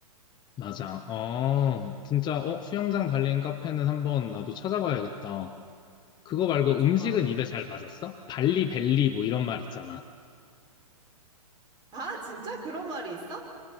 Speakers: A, on the left; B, on the right.
A: 맞아. 어, 진짜, 어, 수영장 달린 카페는 한번 나도 찾아봐야겠다. 그거 말고
B: 좋아.
A: 음식은 입에 잘 맞았어? 발리 벨리 뭐 이런 말 있잖아.
B: 아, 진짜? 그런 말이 있어?